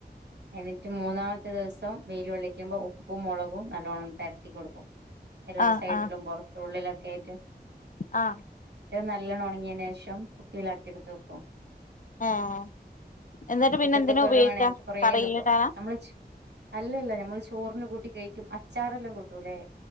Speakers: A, on the right; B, on the left.
A: എന്നിട്ട് മൂന്നാമത്തെ ദിവസം വെയിലൊള്ളിക്കുമ്പോ ഉപ്പും മുളകും നല്ലോണ്ണം പെരട്ടി കൊടുക്കും എല്ലാ
B: ആ
A: സൈഡിലും
B: ആ
A: പൊറത്തുള്ളിലൊക്കെ ആയിട്ട്
B: ആ
A: നല്ലോണം ഉണങ്ങിയതിന് ശേഷം കുപ്പിലാക്കി എടുത്തുവയ്ക്കും
B: ആഹ് എന്നിട്ട്-
A: പിറ്റത്തെ
B: പിന്നെ എന്തിനാ
A: കൊല്ലവാണേ
B: ഉപയോഗിക്കാ
A: കുറേനിക്കും
B: കറിയിലിടാനാ
A: നമ്മള് ചു അല്ലല്ല ഞമ്മൾ ചോറിന് കൂട്ടി കഴിക്കും അച്ചാറെല്ലാം കൂട്ടൂലെ.